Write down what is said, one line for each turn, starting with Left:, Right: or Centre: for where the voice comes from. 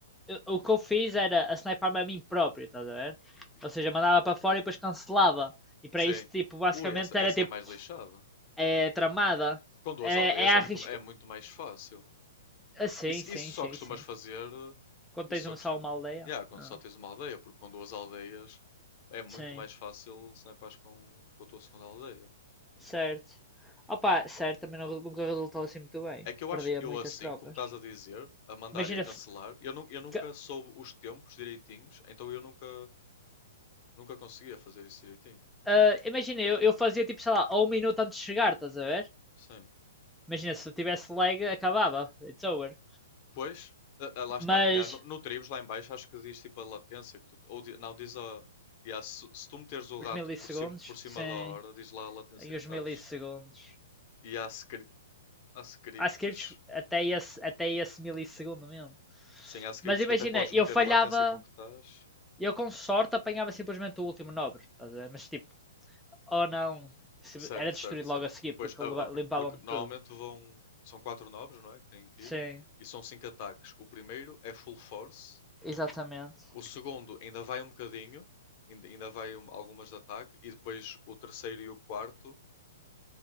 Centre: Eu- O que eu fiz era a sniper-me a mim próprio, estás a ver? Ou seja, mandava para fora e depois cancelava. E para
Left: Sim.
Centre: isso, tipo, basicamente
Left: Ui, essa,
Centre: era
Left: essa
Centre: tipo,
Left: é mais lixada.
Centre: É tramada.
Left: Com duas
Centre: É,
Left: aldeias
Centre: é arrisca.
Left: é muito, é muito mais fácil.
Centre: Ah, sim,
Left: Isso,
Centre: sim,
Left: isso só
Centre: sim,
Left: costumas
Centre: sim.
Left: fazer. eh,
Centre: Quando
Left: Isso
Centre: tens
Left: só
Centre: um
Left: costuma.
Centre: só uma aldeia.
Left: Yeah, quando
Centre: Ah.
Left: só tens uma aldeia, porque com duas aldeias é muito
Centre: Sim,
Left: mais fácil se não é com, com a tua segunda aldeia.
Centre: certo. Opa, certo, também não, nunca resultou assim muito bem.
Left: É que eu
Centre: Perdia
Left: acho eu
Centre: muitas
Left: assim,
Centre: tropas.
Left: como estás a dizer, a mandar
Centre: Imagina.
Left: e a cancelar,
Centre: f-
Left: eu, nu eu nunca
Centre: que-
Left: soube os tempos direitinhos, então eu nunca, nunca conseguia fazer isso direitinho.
Centre: ah, imagina, eu, eu fazia tipo, sei lá, a um minuto antes de chegar, estás a ver?
Left: Sim.
Centre: Imagina, se eu tivesse lag, acabava. It's over.
Left: Pois, ah, ah, lá está.
Centre: Mas,
Left: Yeah, no, no Tribes, lá em baixo, acho que diz tipo a latência que tu, ou di- não, diz a. Yeah, se, se tu meteres o rato
Centre: os milissegundos,
Left: por cima, por cima
Centre: sim,
Left: da hora, diz lá a latência
Centre: tem
Left: que
Centre: os
Left: estás.
Centre: milissegundos.
Left: E há, scri- há scripts,
Centre: Há scripts até esse, até esse milissegundo mesmo.
Left: sim, há scripts
Centre: Mas imagina,
Left: que até podes
Centre: eu
Left: meter
Centre: falhava.
Left: a latência com que estás.
Centre: Eu com sorte apanhava simplesmente o último nobre, estás a ver? Mas tipo, ou não,
Left: Certo,
Centre: era destruído
Left: certo, certo.
Centre: logo a seguir porque
Left: Pois, a- a pr-
Centre: limpavam-me
Left: porque normalmente
Centre: tudo.
Left: vão. São quatro nobres, não é? Que têm que
Centre: Sim,
Left: ir. E são cinco ataques. O primeiro é full force.
Centre: exatamente.
Left: O segundo ainda vai um bocadinho. Ainda, ainda vai um- algumas de ataque. E depois o terceiro e o quarto